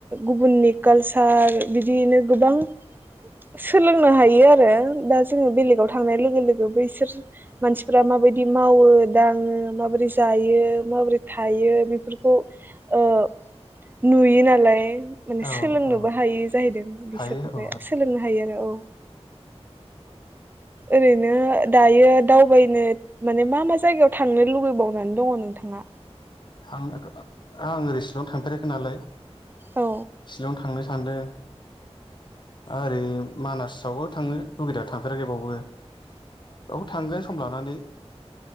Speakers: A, on the right; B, on the left.
A: गुबुननि कालसार बिदियैनो गोबां सोलोंनो हायो आरो दा जोङो बेलेगाव थांनाय लोगो लोगो बैसोर मानसिफ्रा माबायदि मावो दाङो माबोरै जायो माबोरै थायो बेफोरखौ ओ नुयो नालाय माने
B: औ
A: सोलोंनोबो
B: औ
A: हायो जाहैदों बिसोरनिफ्राय
B: हायो औ
A: सोलोंनो हायो आरो औ ओरैनो दायो दावबायनो माने मा मा जायगायाव थांनो लुबैबावनानै दङ नोंथाङा
B: आं आङो रेस्टुरेआव थांफेराखै नालाय
A: औ
B: शिलं थांनो सानदों ओरै मानासावबो थाङो लगैदा थांफेराखै बावबो औ थांगोन सम लानानै